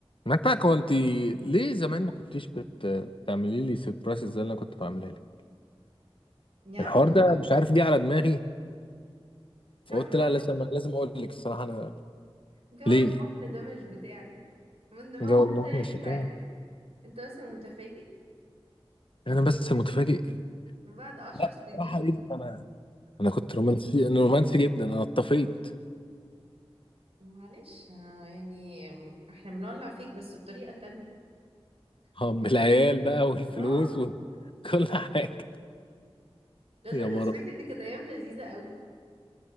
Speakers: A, on the left; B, on the right.
A: متاك هو انت ليه زمان ما كنتيش بت... بتعملي لي سيربرايز زي اللي انا كنت بعملها لك
B: يا عم
A: الحوار
B: لو-
A: ده مش عارف جه على دماغي فقلت
B: يا عم جو
A: لا لازم لازم اقول لك الصراحه انا
B: جو الوحدة
A: ليه
B: ده مش بتاعي من ما
A: جو
B: هو انت
A: الاحمر
B: يعني
A: الشتاء
B: مش عارف انت بس متفاجئ
A: انا بس المتفاجئ
B: بعد عشر
A: لا
B: سنين
A: صراحه ايه ده انا انا كنت رومانسي انا رومانسي جدا انا اتطفيت
B: معلش آه، يعني احنا بنولع فيك بس بطريقة تانية
A: اه،
B: بس-
A: بالعيال بقى والفلوس
B: اه
A: وكل حاجه
B: والله
A: يا مرة
B: بس فاكر دي كانت ايام لذيذة قوي